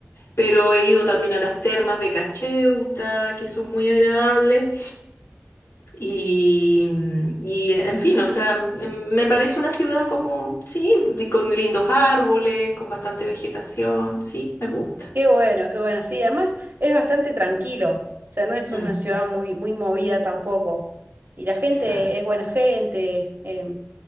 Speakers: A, on the left; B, on the right.
A: Pero he ido también a las termas de Cacheuta, que son muy agradables. Y, y, en fin, o sea, m- me parece una ciudad como, sí, de- con lindos árboles, con bastante vegetación, sí, me gusta.
B: Qué bueno, qué bueno. Sí, además es bastante tranquilo. O sea, no es
A: Mm,
B: una ciudad muy, muy movida tampoco. Y la gente
A: claro,
B: es buena gente, em,